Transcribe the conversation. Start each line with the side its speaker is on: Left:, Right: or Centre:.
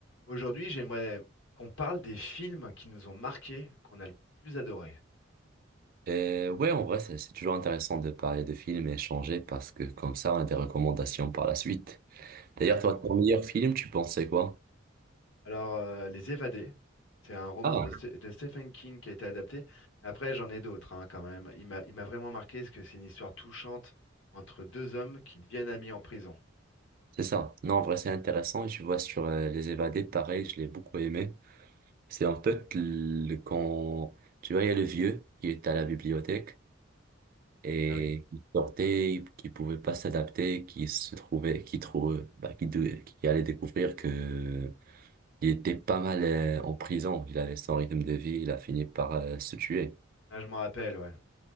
Left: Aujourd'hui, j'aimerais qu'on parle des films qui nous ont marqués, qu'on a le plus adoré.
Right: Et ouais, en vrai, c'est c'est toujours intéressant de parler de films et échanger parce que comme ça, on a des recommandations par la suite.
Left: Exactement.
Right: D'ailleurs, toi, ton meilleur film, tu pensais quoi?
Left: Alors, euh, Les Évadés, c'est un roman
Right: Ah,
Left: de, Ste- de Stephen King qui a été adapté. Après, j'en ai d'autres hein, quand même. Il m'a, il m'a vraiment marqué parce que c'est une histoire touchante entre deux hommes qui deviennent amis en prison.
Right: c'est ça. Non, en vrai, c'est intéressant. Et tu vois, sur euh, Les Évadés, pareil, je l'ai beaucoup aimé. C'est en fait le, quand, tu vois, il y a le vieux qui est à la bibliothèque et
Left: Ah oui,
Right: qui sortait, qui pouvait pas s'adapter, qui se trouvait, qui trouve, bah, qui, dou- qui allait découvrir que Il était pas mal euh, en prison. Il avait son rythme de vie. Il a fini par euh, se tuer.
Left: ah, je m'en rappelle, ouais.